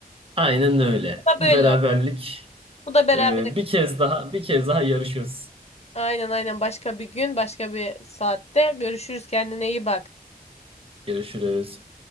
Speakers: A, on the right; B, on the left.
A: Aynen öyle.
B: Bu da
A: Bu
B: böyle
A: beraberlik
B: oldu. Bu da beraber
A: e, bir kez daha bir kez daha yarışıyoruz.
B: Aynen aynen başka bir gün başka bir saatte görüşürüz kendine iyi bak.
A: Görüşürüz.